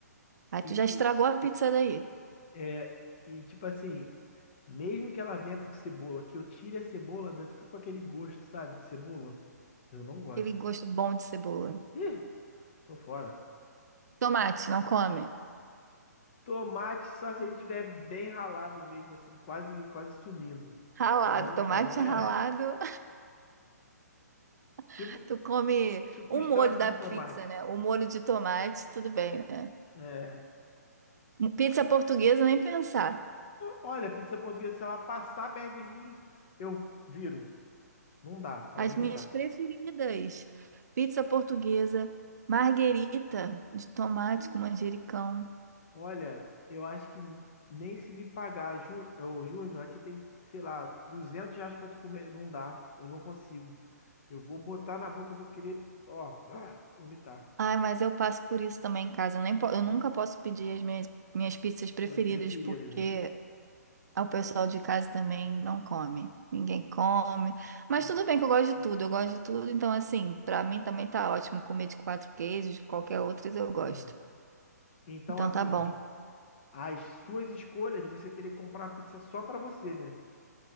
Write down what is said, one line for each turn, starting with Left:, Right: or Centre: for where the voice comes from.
Right: Aí
Left: E,
Right: tu já estragou a pizza daí.
Left: é, e tipo assim, mesmo que ela venha com cebola, que eu tire a cebola, ainda fica com aquele gosto, sabe, de cebola. Eu não gosto.
Right: Aquele gosto bom de cebola.
Left: Ih, tô fora.
Right: Tomate, não come.
Left: Tomate só se ele tiver bem ralado mesmo, assim, quase, quase sumindo.
Right: Ralado,
Left: Aí eu
Right: tomate
Left: como, é,
Right: ralado. <laughs>
Left: tipo,
Right: Tu come
Left: tipo
Right: o
Left: um extrato
Right: molho da
Left: de
Right: pizza,
Left: tomate.
Right: né? O molho de tomate, tudo bem, né?
Left: É.
Right: Pizza portuguesa, nem pensar.
Left: Olha, pizza portuguesa, se ela passar perto de mim, eu viro. Não dá, pra
Right: As
Left: mim
Right: minhas
Left: não dá.
Right: preferidas. Pizza portuguesa, marguerita de tomate
Left: Pô,
Right: com manjericão.
Left: Olha, eu acho que n- nem se me pagar, Jú- ô, Júnior, aqui tem, sei lá, 200 reais pra tu comer, não dá, eu não consigo. Eu vou botar na boca, eu vou querer, ó, ah, vomitar.
Right: Ai, mas eu passo por isso também em casa. Eu, nem po- eu nunca posso pedir as minhas, minhas pizzas preferidas,
Left: Tuas preferidas,
Right: porque
Left: né?
Right: Ah, O pessoal de casa também não come. Ninguém come. Mas
Left: Hum.
Right: tudo bem que eu gosto de tudo. Eu gosto de tudo. Então, assim, pra mim também tá ótimo comer de quatro queijos, de qualquer outras eu gosto.
Left: Não. Então,
Right: Então
Left: assim,
Right: tá bom.
Left: as suas escolhas, você teria que comprar uma pizza só pra você, né?